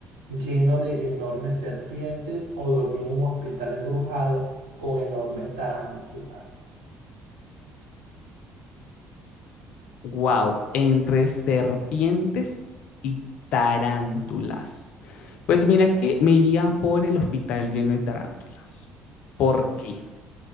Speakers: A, on the right; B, on the left.
A: lleno de enormes serpientes, o dormir en un hospital embrujado con enormes tarántulas?
B: Wow, entre serpientes y tarántulas. Pues mira que me iría por el hospital lleno de tarántulas. ¿Por qué?